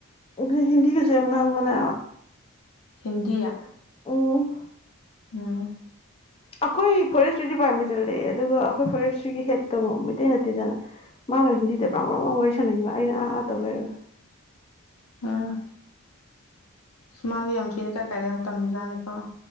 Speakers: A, on the left (about 25°); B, on the left (about 80°).
A: ꯑꯗꯨꯅꯦ ꯍꯤꯟꯗꯤꯒꯁꯨꯦ ꯌꯥꯝ ꯉꯥꯡꯕꯅ
B: ꯍꯤꯟꯗꯤꯌꯥ
A: ꯎ
B: ꯎꯝ
A: ꯑꯩꯈꯣꯏ ꯐꯣꯔꯦꯁꯇ ꯗꯤꯄꯥꯔꯠꯃꯦꯟ ꯆꯠꯂꯛꯑꯦ ꯑꯗꯨꯒ ꯑꯩꯈꯣꯏ ꯐꯣꯔꯦꯁꯇ꯭ꯔꯤꯒꯤ ꯍꯦꯠ ꯇꯧꯕꯣ ꯃꯩꯇꯩ ꯅꯠꯇꯦꯗꯅ ꯃꯥꯅ ꯍꯤꯟꯗꯤꯗ ꯄ꯭ꯔꯝ ꯄ꯭ꯔꯥ ꯋꯥꯔꯤ ꯁꯥꯟꯅꯈꯤꯕ ꯑꯩꯅ ꯑꯥ ꯑꯥ ꯇꯧ ꯂꯩꯔ
B: ꯎꯝ ꯁꯃꯥꯗꯤ ꯑꯝꯇꯅꯤꯀ ꯀꯔꯤꯝ ꯇꯝꯗꯥꯅꯤꯀꯣ